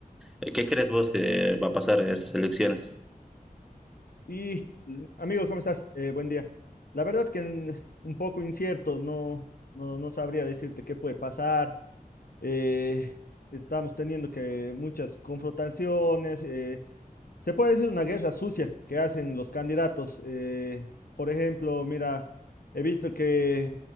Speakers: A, in the centre; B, on the left (about 75°).
A: eh, qué crees vos que va a pasar en estas elecciones.
B: Y mm, amigo, ¿cómo estás? Eh, buen día. La verdad que mm, un poco incierto, no, no, no sabría decirte qué puede pasar. Eh, estamos teniendo que muchas confrontaciones. eh, se puede decir una guerra sucia que hacen los candidatos. eh, por ejemplo, mira, he visto que